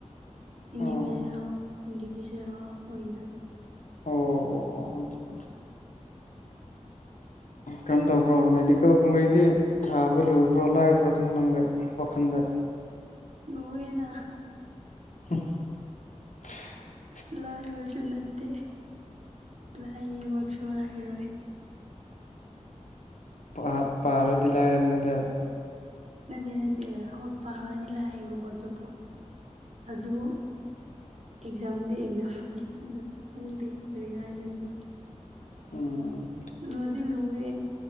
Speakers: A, on the right (about 60°); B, on the left (about 80°).
A: ꯏꯟꯗꯤꯚꯖꯨꯋꯦꯜ
B: ꯑꯣ
A: ꯏꯟꯗꯤꯚꯖꯨꯋꯦꯜ ꯑꯣꯏꯅ
B: ꯑꯣ ꯑꯣ ꯑꯣ ꯑꯆꯥ ꯑꯠꯆꯥ ꯀꯔꯝ ꯇꯧꯕ꯭ꯔꯣ ꯃꯦꯗꯤꯀꯦꯜꯒꯨꯝꯕꯩꯗꯤ ꯊꯥꯕ ꯂꯨꯕ꯭ꯔꯣ ꯂꯥꯏꯕ꯭ꯔꯣ ꯑꯗꯨꯝ ꯅꯪꯒꯤ ꯋꯥꯈꯟꯗ <inaudible>
A: ꯂꯨꯌꯦꯅꯥ
B: <unintelligible>
A: ꯂꯥꯏꯕꯁꯨ ꯅꯠꯇꯦ ꯂꯥꯏꯌꯦꯃꯛꯁꯨ ꯍꯥꯏꯔꯣꯏ
B: ꯄꯥ ꯄꯥꯔꯗꯤ ꯂꯥꯏꯔꯝꯅꯤꯗ
A: ꯅꯠꯇꯦ ꯅꯠꯇꯦ ꯍꯣꯏ ꯄꯥꯕꯗꯤ ꯂꯥꯛꯑꯦꯕꯀꯣ ꯑꯗꯨꯕꯨ ꯑꯗꯨꯕꯨ ꯑꯦꯛꯖꯥꯝꯗꯤ ꯑꯦꯛꯖꯥꯝꯅꯦ ꯗꯅ ꯈꯪꯗꯦ ꯀꯔꯤ ꯍꯥꯏꯗꯣꯏꯅꯣ
B: ꯎꯝ
A: ꯂꯨꯗꯤ ꯂꯨꯋꯦ